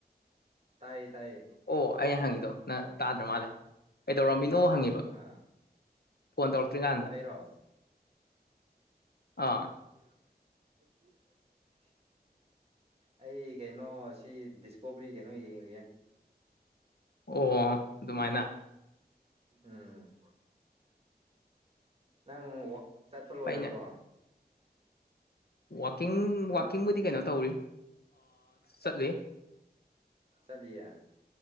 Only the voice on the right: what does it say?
ꯇꯥꯏ ꯇꯥꯏꯌꯦ
ꯑꯥ
ꯑꯩꯔꯣ
<inaudible> ꯑꯩ ꯀꯩꯅꯣ ꯁꯤ ꯗꯤꯁꯀꯣꯕꯔꯤ ꯀꯩꯅꯣ ꯌꯦꯡꯉ
ꯎꯝ ꯅꯪ ꯆꯠꯄ ꯂꯣꯏꯔꯕꯣ
ꯍꯥ
ꯆꯂꯤꯌꯥꯂꯤꯌꯥ